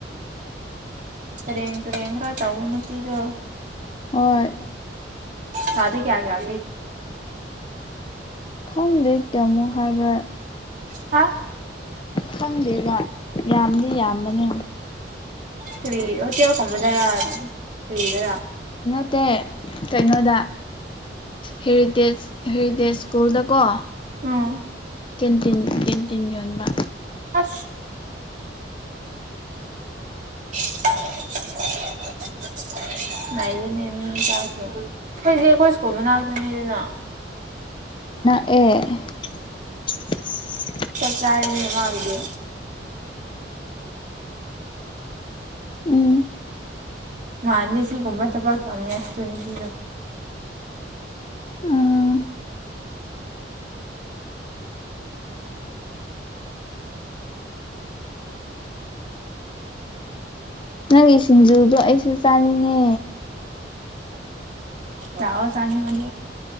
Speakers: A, on the right; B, on the left.
A: ꯁꯔꯦ ꯇꯔ ꯌꯦꯡ꯭ꯔꯥ ꯇꯋꯥꯅ ꯀꯤꯗꯣ
B: ꯍꯣꯏ
A: ꯁꯥꯗ ꯀꯌꯥꯒꯌꯥ
B: ꯈꯪꯗ ꯇꯃꯣ ꯍꯥꯔꯕ
A: ꯍꯥ
B: ꯈꯪꯗꯦꯕ ꯌꯥꯝꯗꯤ ꯌꯥꯝꯕꯅꯦ
A: ꯐꯔꯤ ꯑꯣ ꯇꯌꯥꯎ ꯀꯃꯗꯔꯥ ꯐꯔꯤꯗꯔꯥ
B: ꯠꯇꯦ ꯀꯩꯅꯣꯗ ꯍꯦꯔꯤꯇꯦꯖ ꯍꯦꯔꯤꯇꯦꯖ ꯁ꯭ꯀꯨꯜꯗꯀꯣ
A: ꯎꯝ
B: ꯀꯦꯟꯇꯤꯟ ꯀꯦꯟꯇꯤꯟ ꯌꯣꯟꯕ
A: ꯑ <inaudible> ꯉꯥꯏꯌꯦꯅꯦꯃꯤ ꯆꯦ ꯑꯩꯣꯏ ꯀꯣꯏꯁꯀꯣ ꯃꯅ ꯅꯨꯃꯤꯗꯅ
B: ꯑꯦ
A: ꯆ ꯆꯥꯅꯃꯗꯦ
B: ꯎꯝ
A: ꯃꯥꯅꯤ ꯁꯤꯒꯨꯝꯕ ꯊꯕꯛ ꯇꯧꯃꯤꯉꯁꯤꯁꯨꯅꯄꯤꯗꯣ
B: ꯎꯝ
A: <inaudible>
B: ꯅꯪꯒꯤ ꯁꯤꯡꯖꯨꯗꯣ ꯑꯩꯁꯨ ꯆꯥꯅꯤꯡꯉꯦ
A: ꯆꯋꯁꯅꯤ ꯃ